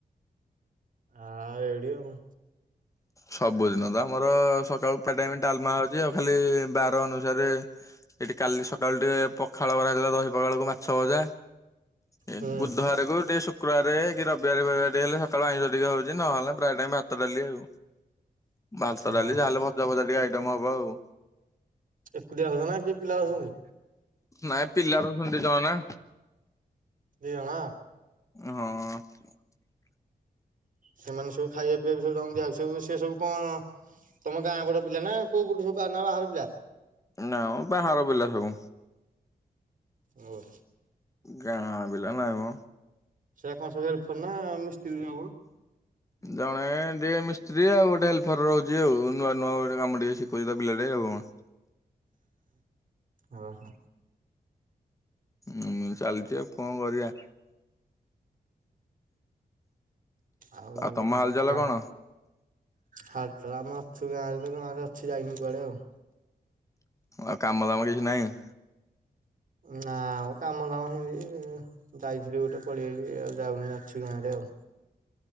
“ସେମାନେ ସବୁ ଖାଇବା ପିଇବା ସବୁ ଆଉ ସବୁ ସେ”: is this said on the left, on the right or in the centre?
Right